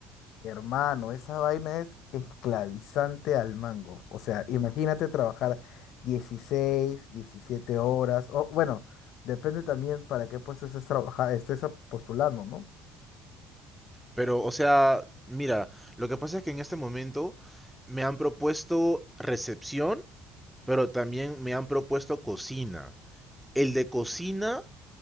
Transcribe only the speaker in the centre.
Pero, o sea, mira, lo que pasa es que en este momento me han propuesto recepción, pero también me han propuesto cocina. El de cocina